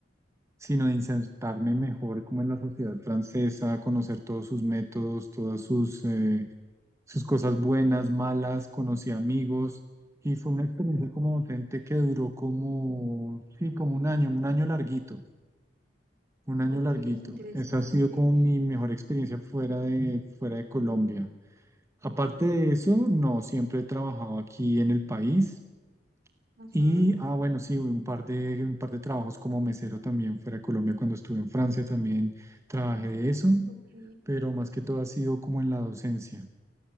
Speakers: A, on the right (about 15°); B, on the right (about 55°).
A: sino de insertarme mejor como en la sociedad francesa, conocer todos sus métodos, todas sus, eh, sus cosas buenas, malas, conocí amigos y fue una experiencia como docente que duró como, sí, como un año, un año larguito, un año
B: Ok,
A: larguito.
B: interesante.
A: Esa ha sido como mi mejor experiencia fuera de, fuera de Colombia. Aparte de eso,
B: Uy,
A: no, siempre he trabajado aquí en el país.
B: Ajá,
A: Y, ah, bueno, sí, un par de, un par de trabajos como mesero también fuera de Colombia. Cuando estuve en Francia también trabajé de eso,
B: ok.
A: pero más que todo ha sido como en la docencia.